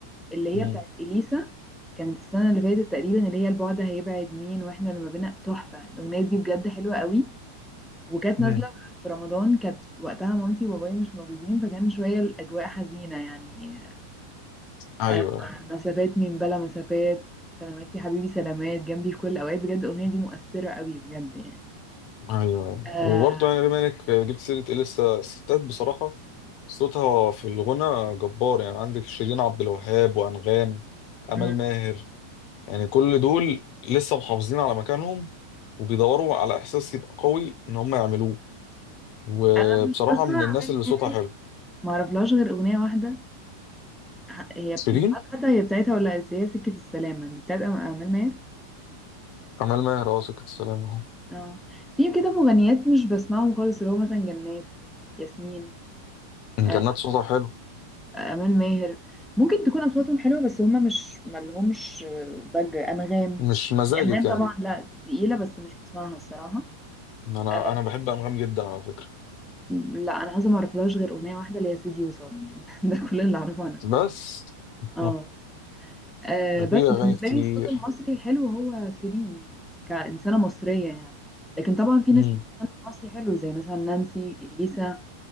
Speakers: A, in the centre; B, on the left.
A: اللي
B: مم.
A: هي بتاعت اليسا كانت السنه اللي فاتت تقريبا اللي هي البعد هيبعد مين واحنا لما بينا تحفه الاغنيه دي بجد حلوه قوي وكانت
B: مم.
A: نازله في رمضان كانت وقتها مامتي وبابايا مش موجودين فكان شويه الاجواء حزينه يعني
B: أيوه
A: آه، مسافات من بلا مسافات سلامات يا حبيبي سلامات جنبي في كل الاوقات بجد الاغنيه دي مؤثره قوي بجد يعني
B: أيوه
A: آه،
B: وبرضه يعني بما إنك جبت سيرة إيه لسه الستات بصراحة صوتها في الغنى جبار يعني عندك شيرين عبد الوهاب وأنغام أمال
A: م- م-
B: ماهر يعني كل دول لسه محافظين على مكانهم وبيدوروا على إحساس يبقى قوي إن هم يعملوه وبصراحة
A: انا مش بسمع
B: من الناس
A: اعمال
B: اللي صوتها
A: ماهر
B: حلو
A: ما اعرفلهاش غير اغنيه واحده ه- هي
B: شيرين
A: بت- مش عارفة حتى هي بتاعتها ولا هي سكة السلامة دي بتاعت أم- أمال ماهر
B: أمال ماهر أه سكة السلام أهو
A: اه في كده مغنيات مش بسمعهم خالص اللي هو مثلا جنات ياسمين آه،
B: كان صوتها حلو
A: أمال ماهر ممكن تكون أصواتهم حلوة بس هما مش ملهمش آه، ضجة أنغام
B: مش مزاجك
A: يعني أنغام
B: يعني
A: طبعا لا تقيلة بس مش بسمعها الصراحة
B: انا
A: آه،
B: انا بحب انغام جدا على فكره
A: لا أنا عايزة معرفلهاش غير أغنية واحدة اللي هي سيدي وصالك <laughs> ده كل اللي أعرفه عن أنغام
B: بس <laughs>
A: اه آه
B: ده
A: بس
B: في اغاني
A: بالنسبة
B: كتير
A: لي الصوت المصري الحلو هو شيرين كإنسانة مصرية يعني لكن طبعا في
B: امم
A: ناس كتير بتغني مصري حلو زي مثلا نانسي إليسا